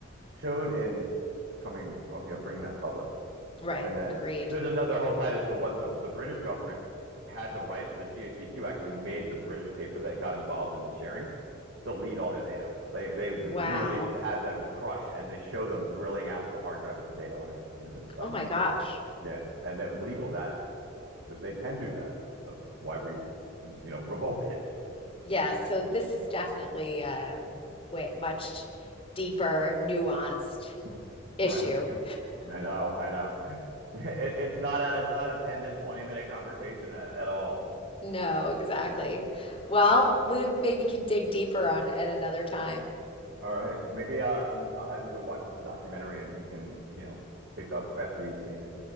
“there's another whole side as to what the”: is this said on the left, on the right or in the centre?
Right